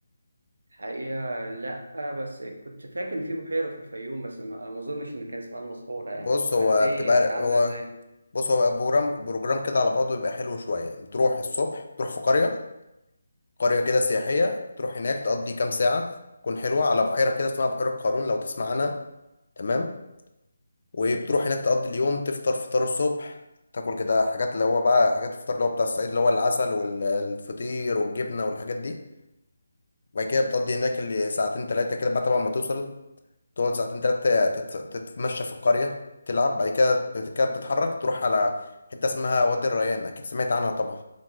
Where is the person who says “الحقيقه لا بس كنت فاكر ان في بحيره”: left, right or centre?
Right